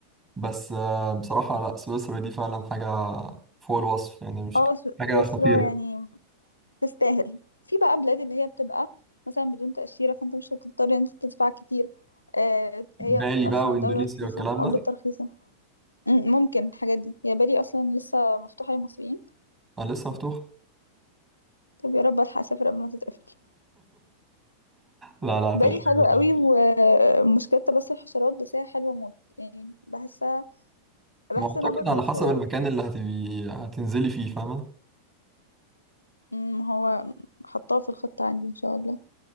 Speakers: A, on the right; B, on the left.
A: بس آه، بصراحة لا سويسرا دي فعلا حاجة فوق الوصف يعني مش
B: اه سو-
A: حاجة
B: سويسرا
A: خطيرة
B: يعني تستاهل في بقى بلاد اللي هي بتبقى مثلا بدون تأشيرة فأنت مش هتضطر إن أنت تدفع كتير أه، هي
A: بالي
B: أصلا
A: بقى واندونيسيا
B: الدولة رخيصة
A: والكلام
B: عملتها
A: ده
B: رخيصة م- ممكن الحاجات دي هي بالي أصلا لسه مفتوحة للمصريين
A: آه، لسه مفتوح
B: طب يا رب ألحق أسافر قبل ما تتقفل
A: لا لا هتلحقي
B: بالي حلو قوي ومشكلتها بس الحشرات بس هي حلوة موت يعني بحسها بحس
A: ما اعتقد
B: ان انا برضو
A: على
B: نفسي
A: حسب
B: ازورها
A: المكان اللي هتبي هتنزلي فيه فاهمة
B: أمم، هو حطاها في الخطة عندي ان شاء الله